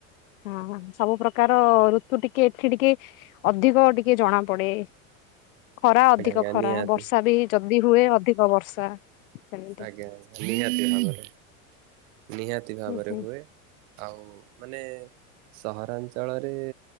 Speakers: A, on the left; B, on the right.
A: ହଁ ସବୁ ପ୍ରକାର ରୁ ତୁ ଟିକେ ଏଠି ଟିକେ ଅଧିକ ଟିକେ ଜଣା ପଡେ ଖରା ଅଧିକ
B: ଆଜ୍ଞା ଆଜ୍ଞା
A: ଖରା
B: ନିହାତି।
A: ବର୍ଷା ବି ଯ ବି ହୁଏ ଅଧିକ ବର୍ଷା ସେମିତି
B: ଆଜ୍ଞା ଆଜ୍ଞା ନିହାତି ଭାବରେ ନିହାତି ଭାବରେ
A: ହୁଁ ହୁଁ
B: ହୁଏ ଆଉ ମାନେ ସହରାଞ୍ଚଳରେ